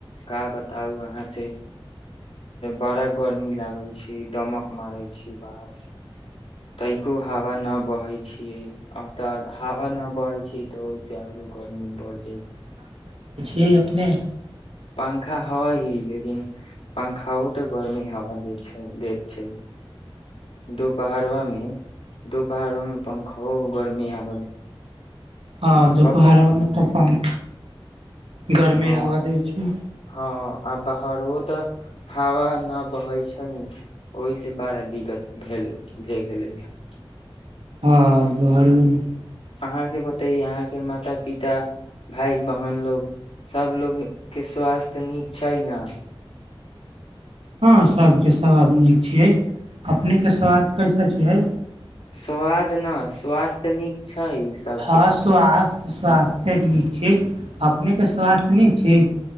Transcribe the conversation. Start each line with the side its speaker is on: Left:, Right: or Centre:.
Left: क बताउ अहाँ से बड़ा गर्मी लागै छै दमक मारै छी बाहर से तैको हवा न बहे छियै तऽ हवा न बह छी तऽ ओहिस आरो गर्मी बढ़ जाइ
Right: यै अपने
Left: पंखा हय लेकिन पंखाओ तऽ गर्मेी हवा दे छै हैत छै दूपहड़वा में दूपहाड़वा में पंखा गर्मी आब
Right: हँ त बहरा
Left: ब
Right: अपन गर्मी
Left: हँ
Right: हावा दै छै
Left: हँ आ बाहरो तऽ हवा नहि बहै छै ओहिसँ बड़ा दिक्कत भेल भए गेलै हँ
Right: हँ बहहारो ने
Left: अहाँके बतै अहाँके माता पिता भाय बहन लोग सभलोगके स्वास्थ्य नीक छै ने
Right: हँ सबके सवाल नीक छियै अपनेके स्वास्थ कैसे छियै
Left: सआाद न स्वास्थ्य नीक छै ई सब
Right: हँ
Left: के ओ
Right: स्वास्थ्य
Left: के
Right: स्वास्थ्य नीक छै अपनेके स्वास्थ्य नीक छी